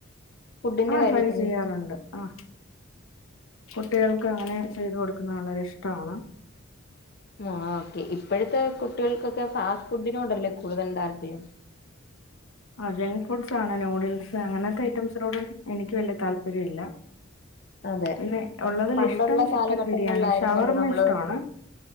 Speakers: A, on the left; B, on the left.
A: ഫുഡിന്റെ
B: ആഹ്
A: കാര്യത്തില്
B: ട്രൈ ചെയ്യാറുണ്ട്. ആഹ് കുട്ടികൾക്ക് അങ്ങനെ ചെയ്ത് കൊടുക്കുന്നത് വളരെ ഇഷ്ടമാണ്.
A: മാ ഓക്കെ. ഇപ്പോഴത്തെ കുട്ടികൾക്കൊക്കെ ഫാസ്റ്റ് ഫുഡിനോടല്ലേ കൂടുതലും താല്പര്യം.
B: അ ജങ്ക് ഫുഡ്സ് ആണ് നൂഡിൽസ് അങ്ങനത്തെ ഐറ്റംസിനോട് എനിക്ക് വല്യ താല്പര്യം ഇല്ല.
A: അതെ
B: പിന്നെ ഉള്ളതിൽ
A: പണ്ടുള്ള
B: ഇഷ്ടം ചിക്കൻ
A: കാലഘട്ടങ്ങളിലായിരുന്നല്ലോ
B: ബിരിയാണി. ഷവർമ്മ
A: നമ്മള്
B: ഇഷ്ടമാണ്.